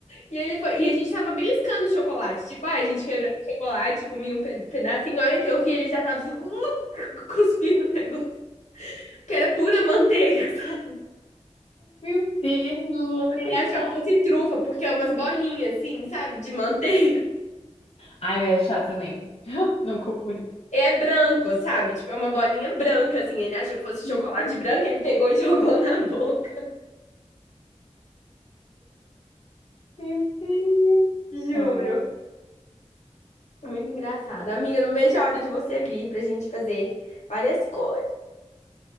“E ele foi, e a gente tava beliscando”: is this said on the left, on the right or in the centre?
Left